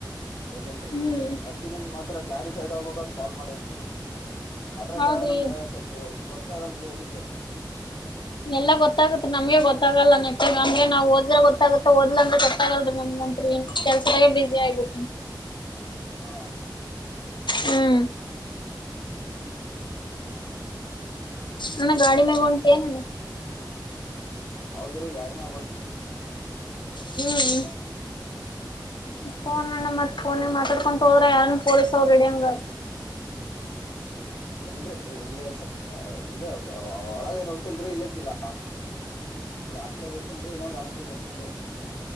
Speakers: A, on the left; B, on the left.
A: ಓದಿಲ್ರಿ
B: ಹ್ಮ್
A: ಅದಕ್ಕಿ ನಿಮ್ ಮಾತ್ರ ಕ್ಲಾರಿಫೈ ತಕೋಬೇಕು ಅಂತ ಕಾಲ್ ಮಾಡಿನ್ರಿ ಅದ್ರಕ್ಕ
B: ಹೌದ್ರಿ
A: ನಮ್ಗ ಸ್ವಲ್ಪ ಗೊತ್ತಾಗಲ್ರಿ ಅದಕ್ಕೆ
B: ಎಲ್ಲ ಗೊತ್ತಾಗುತ್ತೆ ನಮಗೆ ಗೊತ್ತಾಗಲ್ಲ ನೆಟ್ಟಗೆ ನಮಗೆ ನಾವು ಓದಿದ್ರೆ ಗೊತ್ತಾಗುತ್ತೆ ಓದಿಲ್ಲ ಅಂದ್ರ ಗೊತ್ತಗಲ್ಲ ನಮಗೆ ಕೆಲಸೆದಾಗೆ ಬಿಜಿ ಹಾಗಿಬಿಡ್ತೀನಿ
A: ಹಾ
B: ಹ್ಮ್ ಅಣ್ಣ ಗಾಡಿ ಮ್ಯಾಗ ಹೊಂಟೇನು
A: ಹೌದ್ರೀ ಗಾಡಿಮ್ಯಾಗ ಹೊಂಟಿನಿ
B: ಹ್ಮ್
A: ಹೂನ್ರಿ
B: ಫೋನ್ ಅಣ್ಣ ಮತ್ತ್ ಫೋನಿಗೆ ಮಾತಾಡ್ಕೊಂಡು ಹೋದ್ರೆ ಯಾರ ಪೊಲೀಸ್ ಅವ್ ಇಡಿಯಾಗ
A: <inaudible> ಇಲ್ರರಿ ಇಲ್ಲೇ ಸ್ವಲ್ಪ ಇಲ್ಲ ಒಳಗೆ ಏನ್ ಹೊಂಟೀಲ್ರಿ ಇಲ್ಲಕ್ಕ ಇಲ್ಲ ಇಲ್ಲಿ ಹಾಸ್ಟೆಲ್ದಾಗ ಇರ್ತೀನ್ರೀ ಇನ್ನೊಂದು ಹಾಸ್ಟ್ಗೆ ಹೋಗ್ತಿದೆ